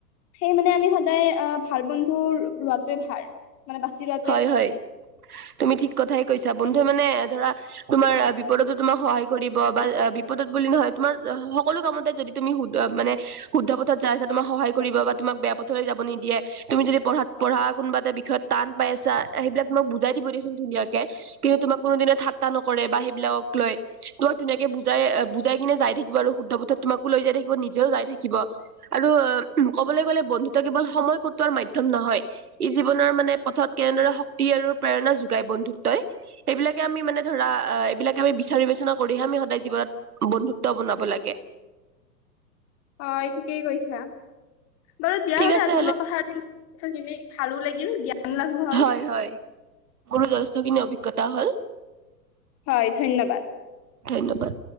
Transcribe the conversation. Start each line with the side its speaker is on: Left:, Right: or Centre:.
Left: সেই মানে আমি সদায় আহ ভাল বন্ধু লোৱাটোৱে ভাল। মানে বাচি লো
Right: হয় হয় তুমি ঠিক কথাই কৈছা বন্ধু মানে ধৰা তোমাৰ বিপদতো তোমাক সহায় কৰিব বা বিপদত বুলি নহয় তোমাৰ সকলো কামতে যদি। তুমি শু মানে শুদ্ধ পথত যাই আছা তোমাক সহায় কৰিব বা তোমাক বেয়া পথলৈ যাব নিদিয়ে। তুমি যদি পঢ়াত পঢ়া কোনোবা এটা বিষয়ত টান পাইছা সেইবিলাক তোমাক বুজাই দিব দিয়চোন ধুনীয়াকে। কিন্তু তোমাক কোনোদিনে ঠাট্টা নকৰে বা সেইবিলাকক লয়। তোমাক ধুনীয়াকে বুজাই বুজাই কিনে যাই থাকিব আৰু শুদ্ধ পথত তোমাকো লৈ যাই থাকিব নিজেও যাই থাকিব। আৰু ক'বলৈ গলে বন্ধুত কেৱল সময় কটোৱাৰ মাধ্যম নহয় ই জীৱনৰ মানে পথত কেনেদৰে শক্তি আৰু প্ৰেৰণা যোগাই বন্ধুত্বই। এইবিলাকে আমি মানে ধৰা এইবিলাকে আমি বিচাৰ বিবেচনা কৰিহে আমি সদায় জীৱনত বন্ধুত্ব বনাব লাগে।
Left: অ' ঠিকেই কৈছা বাৰু দিয়া
Right: ঠিক
Left: হলে
Right: আছে
Left: আজি মই কথা পাতিম খিনি ভালো লাগিল জ্ঞান লাভো হ'ল।
Right: হয় হয় গৰু জথেষ্ঠখিনি অভিজ্ঞতা হ'ল।
Left: হয় ধন্যবাদ।
Right: ধন্যবাদ।